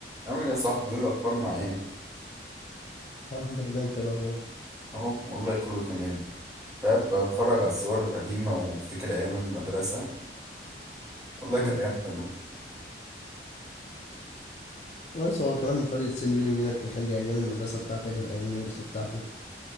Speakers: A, on the right (about 20°); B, on the left (about 40°).
A: عامل ايه يا صاحبي يقول الاخبار معاك
B: الحمد لله انت إيه الاخبار
A: اهو والله كله تمام تعب بتفرج على الصور القديمه وافتكر ايام المدرسه والله كانت
B: امم
A: ايام حلوه
B: بس هو كمان فرق السن بيني وبينك مخلي ايام المدرسه بتاعتك غير ايام المدرسه بتاعتي